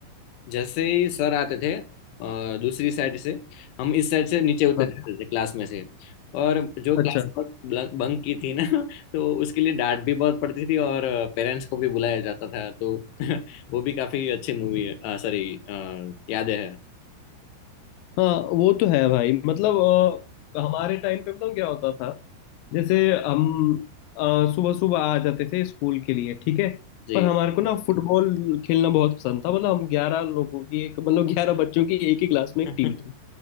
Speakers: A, on the left; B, on the left.
A: जैसे ही सर आते थे अ, दूसरी साइड से हम इस साइड से नीचे उतर
B: हाँ
A: जाते थे क्लास में से और जो
B: अच्छा
A: क्लास बंक की थी ना <laughs> तो उसके लिए डांट भी बहुत पड़ती थी और पेरेंट्स को भी बुलाया जाता था तो <laughs> वो भी काफी अच्छी मूवी है सॉरी यादें है
B: हाँ वो तो है भाई मतलब अ, हमारे टाइम पे बताऊँ क्या होता था जैसे हम सुबह सुबह आ जाते थे स्कूल के लिए ठीक है
A: जी
B: पर हमारे को ना फुटबॉल खेलना बहुत पसंद था मतलब हम ग्यारह लोगों की एक मतलब ग्यारह बच्चों की एक ही क्लास में एक
A: <laughs>
B: टीम थी